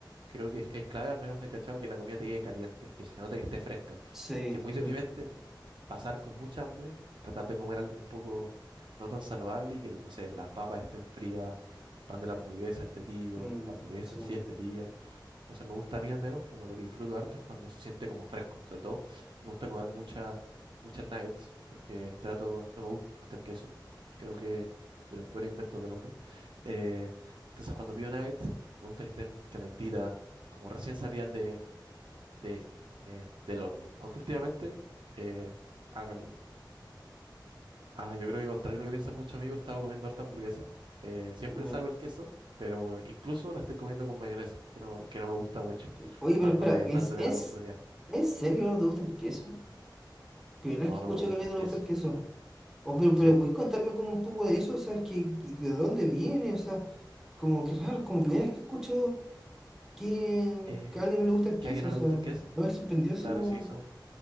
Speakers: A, on the right; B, in the centre.
A: creo que es, es clave, al menos he cachado, que la comida te llegue caliente, que se note que esté fresca.
B: sí,
A: Porque es muy
B: sí,
A: deprimente, puta, pasar con mucha hambre, tratar de comer algo un poco no tan saludable y que, no sé, las papas estén frías, el pan de la hamburguesa esté tibio,
B: mm,
A: la hamburguesa
B: sí.
A: en sí esté tibia. Entonces me gusta a mí al menos, como lo que disfruto harto es cuando se siente como fresco. Sobre todo me gusta comer muchas muchas nuggets porque trato, no me gusta el queso. Creo que es de los peores inventos del hombre. Eh, entonces cuando pido nuggets me gusta que estén calentitas, como recién salidas de, de, eh, del horno. Aunque últimamente eh, hago el- Ah, yo creo que contrario a lo que piensan muchos amigos, he estado comiendo harta hamburguesa. Eh, siempre
B: Ya.
A: le saco el queso, pero incluso la estoy comiendo con mayonesa, que no, que no me gusta mucho,
B: Oye, pero
A: dándole,
B: espera, ¿es,
A: dándole
B: es,
A: la oportunidad.
B: ¿en serio no te gusta el queso? Primera
A: No,
B: vez que escucho
A: no me gusta
B: que a alguien
A: el
B: no
A: queso.
B: le gusta el queso.
A: o sea,
B: O, pero, pero,
A: sí.
B: ¿puedes contarme como un poco de eso? O sea, es que, que ¿de dónde viene? O sea, como que raro, es como primera vez que escucho que,
A: Eh,
B: que a alguien no le gusta el
A: ¿que
B: queso.
A: a alguien no
B: O sea,
A: le gusta
B: no
A: el queso?
B: me ha sorprendido así
A: Claro,
B: como...
A: sí, somos,